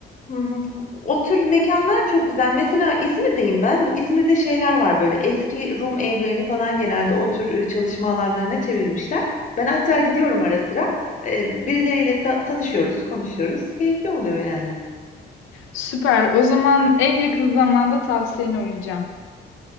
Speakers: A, on the left; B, on the left.
A: Hı hı. O tür mekanlar çok güzel. Mesela İzmir'deyim ben. Bu İzmir'de şeyler var böyle eski Rum evlerini falan genelde o tür e, çalışma alanlarına çevirmişler. Ben hatta gidiyorum ara sıra. E, Birileriyle ta- tanışıyoruz, konuşuyoruz. Keyifli oluyor yani.
B: Süper. O zaman en yakın zamanda tavsiyene uyacağım.